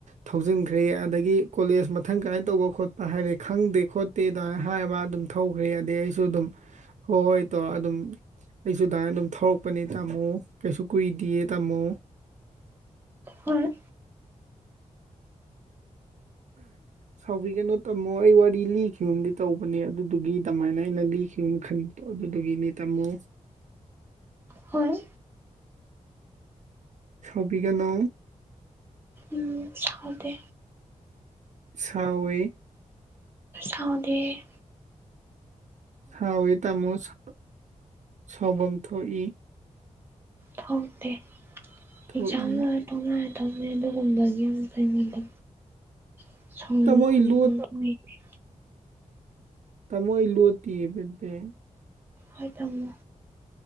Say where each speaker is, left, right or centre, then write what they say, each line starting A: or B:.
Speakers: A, on the right; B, on the right.
A: ꯊꯧꯖꯤꯟꯈ꯭ꯔꯦ ꯑꯗꯒꯤ ꯀꯣꯂꯦꯖ ꯃ ꯃꯊꯪ ꯀꯔꯥꯏꯅ ꯇꯧꯕ ꯈꯣꯠꯄ ꯍꯥꯏꯔꯦ ꯈꯪꯗꯦ ꯈꯣꯠꯇꯦ ꯑꯗꯥꯏ ꯍꯥꯏꯕ ꯑꯗꯨꯝ ꯊꯧꯈ꯭ꯔꯦ ꯑꯗꯩ ꯑꯩꯁꯨ ꯑꯗꯨꯝ ꯍꯣꯏ ꯍꯣꯏ ꯇꯧꯔ ꯑꯗꯨꯝ ꯑꯩꯁꯨ ꯑꯗꯥꯏ ꯑꯗꯨꯝ ꯊꯧꯔꯛꯄꯅꯤ ꯇꯥꯃꯣ ꯀꯩꯁꯨ ꯀꯨꯏꯗꯤꯌꯦ ꯇꯥꯃꯣ
B: ꯍꯣꯏ
A: ꯁꯥꯎꯕꯤꯒꯅꯨ ꯇꯥꯃꯣ ꯑꯩ ꯋꯥꯔꯤ ꯂꯤꯈꯤꯒꯨꯝꯗꯤ ꯇꯧꯕꯅꯦ ꯑꯗꯨꯗꯨꯒꯤ ꯑꯗꯨꯃꯥꯏꯅ ꯑꯩꯅ ꯂꯤꯈꯤꯒꯨꯝ ꯈꯟꯕꯗꯣ ꯑꯗꯨꯗꯨꯒꯤꯅꯤ ꯇꯥꯃꯣ
B: ꯍꯣꯏ
A: ꯁꯥꯎꯕꯤ ꯒꯅꯣ
B: ꯎꯝ ꯁꯥꯎꯗꯦ
A: ꯁꯥꯎꯋꯦ
B: ꯁꯥꯎꯗꯦꯍꯦ
A: ꯁꯥꯎꯋꯤ ꯇꯥꯃꯣ <inaudible> ꯁꯥꯎꯕꯝ ꯊꯣꯛꯏ
B: ꯊꯣꯛꯇꯦ
A: ꯊꯣꯛꯏ
B: ꯑꯦꯛꯖꯥꯝ ꯂꯣꯏꯔ ꯇꯣꯛꯂꯛꯑꯅꯤ ꯐꯩꯅꯦ ꯑꯗꯨ ꯒꯨꯝꯕꯒꯤ ꯑꯃ ꯐꯪꯉꯤꯗꯨ <unintelligible>
A: ꯇꯥꯃꯣ ꯑꯩ ꯂꯣ ꯇꯃꯣ ꯑꯩ ꯂꯣꯇꯤꯌꯦ ꯄꯦꯄꯦ
B: ꯍꯣꯏ ꯊꯝꯃꯣ